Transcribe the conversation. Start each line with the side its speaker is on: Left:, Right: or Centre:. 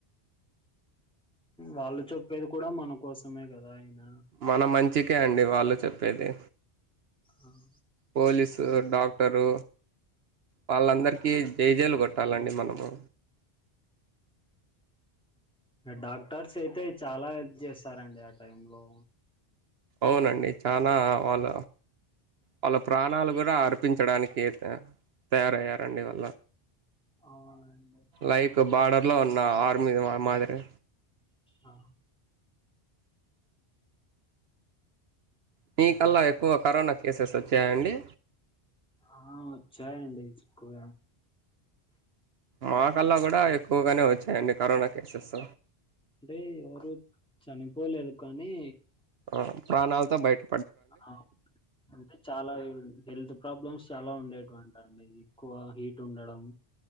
Centre: వాళ్ళు చెప్పేది కూడ మన కోసమే కద అయినా
Right: మన మంచికే అండి వాళ్ళు చెప్పేది.
Centre: అవు
Right: పోలీసు డాక్టరు వాళ్ళందరికీ జెజైలు కొట్టాలండి మనము
Centre: డాక్టర్స్ అయితే చాలా హెల్ప్ చేస్తారండి ఆ టైం లో
Right: అవునండి చానా వాళ్ళ వాళ్ళ ప్రాణాలు కూడా అర్పించడానికి యితే తయారయ్యారండి వళ్ళ
Centre: అవునండి
Right: లైక్ బార్డర్ లో ఉన్న ఆరు ది ఆ మాదిరి
Centre: ఆ
Right: మీ కళ్ళ
Centre: ఆ!
Right: ఎక్కువ కరోనా ఎస్ ఎస్ వచ్చాయి అండి
Centre: ఆ వచ్చాయండి ఎక్కువ
Right: మా కల్లా కూడా ఎక్కువగానే వచ్చాయండి కరోనా కేసెస్
Centre: అంటే ఎవరు చనిపోలేదు కానీ
Right: ఆ, ప్రాణాలతో బయట్
Centre: ఆ అంటే చాలా ఇం హెల్త్ ప్రాబ్లమ్స్ చాలా ఉండేటువండి. అండి ఎక్కువ హీట్ ఉండడం